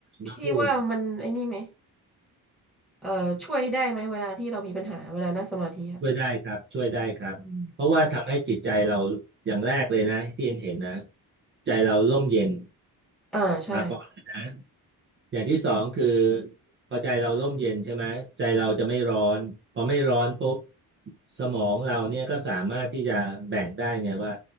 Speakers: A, in the centre; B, on the right.
A: พี่ว่ามันไอ้นี่ไหม
B: มาพูด
A: เออช่วยได้ไหมเวลาที่เรามีปัญหาเวลานั่งสมาธิอ่ะ
B: ช่วยได้ครับช่วยได้ครับเพราะว่าทำให้จิตใจเรา
A: อืม
B: อย่างแรกเลยนะที่เอ็นเห็นนะใจเราร่มเย็น
A: อ่าใช่
B: มาก่อนเลยนะอย่างที่สองคือพอใจเราร่มเย็นใช่ไหมใจเราจะไม่ร้อนพอไม่ร้อนปุ๊บสมองเราเนี่ยก็สามารถที่จะแบ่งได้ไงว่า